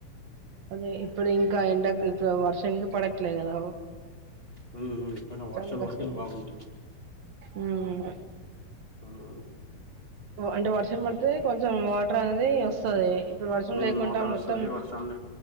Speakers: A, on the right; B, on the left.
A: అదే ఇప్పుడు ఇంకా ఎండకి ఇప్పుడు వర్షంకి పడట్లేదు కదా!
B: హ్మ్మ్ ఏమన్నా వర్షాలు
A: చాలా కష్టం
B: పడితేనే బాగుంటుంది
A: ఉమ్
B: వ్మ్
A: అంటే వర్షం పడితే కొంచెం వాటర్ అనేది వస్తది ఇప్పుడు వర్షం
B: హ్మ్
A: లేకుండా
B: వాటర్ వస్తది
A: మొత్తం
B: వర్షాన్ని